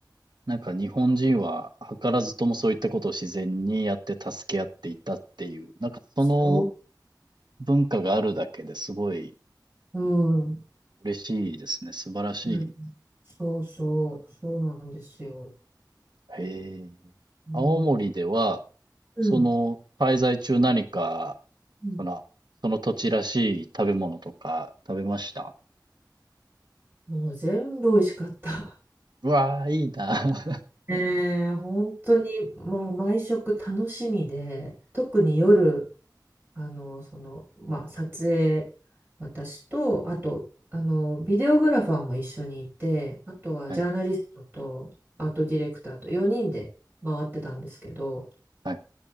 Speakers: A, on the right (about 70°); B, on the right (about 30°).
A: なんか日本人は図らずともそういったことを自然にやって助け合っていたっていう、なんかその
B: そ
A: 文化があるだけですごい
B: う、うん。
A: 嬉しいですね。素晴らしい
B: うんそうそう、そうなんですよ。
A: へえ。
B: うん。
A: 青森では、
B: うん。
A: その、滞在中何か、
B: うん
A: その、その土地らしい食べ物とか食べました
B: もう全部美味しかった。
A: うわー、いいな。<laughs>
B: <laughs> ねえ、本当にもう毎食楽しみで、特に夜、あの、その、まあ、撮影、私と、あと、あの、ビデオグラファーも一緒にいて、あとはジャーナリストと、
A: はい、
B: アートディレクターと4人で回ってたんですけど、
A: はい。